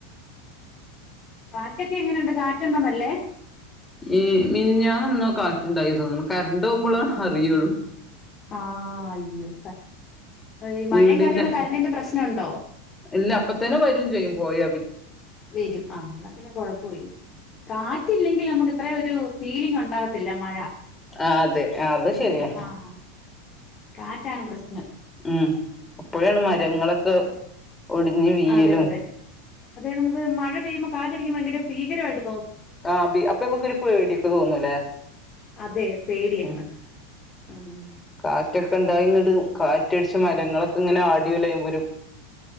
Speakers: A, on the left; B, on the left.
A: കാറ്റൊക്കെങ്ങനെയിണ്ട് കാറ്റ് ണ്ടോന്നല്ലേ.
B: ഈ മിഞാന്ന് ന്നോ കാറ്റുണ്ടായി തോന്നുന്നു കരണ്ട് പോകുമ്പോള അറിയുള്ളു.
A: ആ അയ്യോ ഇ മയ്യേം
B: വീടിന്റെ
A: കാറ്റുന്ന കരണ്ടിന്റെ പ്രശ്നണ്ടോ?
B: ഇല്ല അപ്പത്തേനെ വരും ചെയ്യും പോയ
A: വരും ആ ന്നാ പിന്നെ കൊഴപ്പില്ല കാറ്റില്ലെങ്കി നമുക്ക് ഇത്രൊ ഒരു ഫീലിംഗ് ഉണ്ടാകത്തില്ല മഴ.
B: ആ അതെ അത് ശരിയാ.
A: ആഹ് കാറ്റാണ് പ്രശ്നം.
B: ഉം അപ്പോഴാണ് മരങ്ങളൊക്കെ
A: അതെ അതെ
B: ഒടിഞ്ഞ് വീയലും
A: അതെ അതെ അതെ നമുക്ക് മഴ പെയ്യുമ്പോ കാറ്റടിക്കുമ്പം എനിക്ക് ഭയങ്കര ഭീകരമായിട്
B: ആ ബ അപ്പൊമുക്കരു പേടിയൊക്കെ തോന്നൂല്ലേ
A: അതെ പേടിയാണ്
B: ഉ
A: ഉം
B: കാറ്റൊക്കെ ഇണ്ടായിങ്ങട്ട കാറ്റടിച്ച മരങ്ങളൊക്കെ ഇങ്ങനെആ ഡിലയുമ്പോൾഒരു